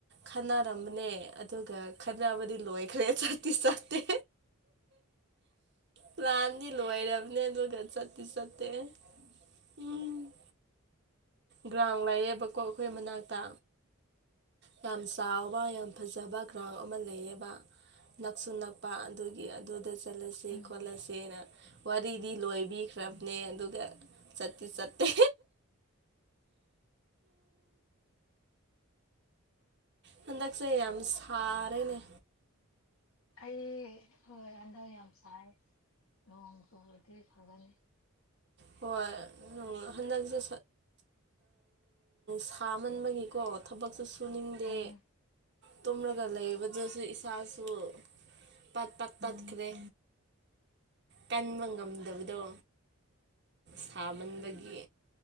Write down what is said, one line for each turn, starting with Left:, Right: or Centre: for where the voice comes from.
Right: ꯈꯟꯅꯔꯝꯕꯅꯦ ꯑꯗꯨꯒ ꯈꯟꯅꯕꯗꯤ ꯂꯣꯏꯈ꯭ꯔꯦ ꯆꯠꯇꯤ ꯆꯠꯇꯦ ꯄ꯭ꯂꯥꯟꯗꯤ ꯂꯣꯏꯔꯕꯅꯦ ꯑꯗꯨꯒ ꯆꯠ ꯇꯤ ꯆꯠꯇꯦ ꯎꯝ ꯒ꯭ꯔꯥꯎꯟ ꯂꯌꯦꯕꯀꯣ ꯑꯈꯣꯏ ꯃꯅꯥꯛꯇ ꯌꯥꯝ ꯆꯥꯎꯕ ꯌꯥꯝ ꯐꯖꯕ ꯒ꯭ꯔꯥꯎꯟ ꯑꯃ ꯂꯩꯌꯦꯕ ꯅꯛꯁꯨ ꯅꯛꯄ ꯑꯗꯨꯒꯤ ꯑꯗꯨꯗ ꯆꯠꯂꯁꯦ
Left: ꯎꯝ
Right: ꯈꯣꯠꯂꯁꯦꯅ ꯋꯥꯔꯤꯗꯤ ꯂꯣꯏꯕꯤ ꯈ꯭ꯔꯕꯅꯦ ꯑꯗꯨꯒ ꯆꯠꯇꯤ ꯆꯠꯇꯦ ꯍꯟꯗꯛꯁꯦ ꯌꯥꯝ ꯁꯥꯔꯦꯅꯦ
Left: ꯑꯩ ꯑꯡ ꯍꯟꯗꯛ ꯌꯥꯝ ꯁꯥꯏ ꯅꯣꯡ ꯆꯨꯔꯗꯤ ꯐꯒꯅꯤ
Right: ꯍꯣꯏ ꯍꯟꯗꯛꯁꯦ ꯁꯥꯃꯟꯕꯒꯤꯀꯣ ꯊꯕꯛꯁꯨ ꯁꯨꯅꯤꯡꯗꯦ
Left: ꯎꯝ
Right: ꯇꯨꯝꯔꯒ ꯂꯩꯕꯗꯁꯨ ꯏꯁꯥꯁꯨ ꯄꯠ ꯄꯠ ꯇꯠꯈ꯭ꯔꯦ ꯀꯟꯕ ꯉꯝꯗꯕꯗꯣ ꯁꯥꯃꯟꯕꯒꯤ